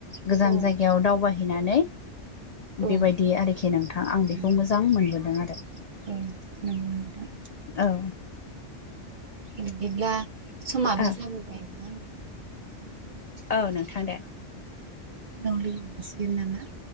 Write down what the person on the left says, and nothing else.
गोजान
जायगायाव दावबायहैनानै
बेबायदि आरोखि नोंथां आं
बेखौ मोजां मोनबोदों आरो
औ
औ
औ नोंथां दे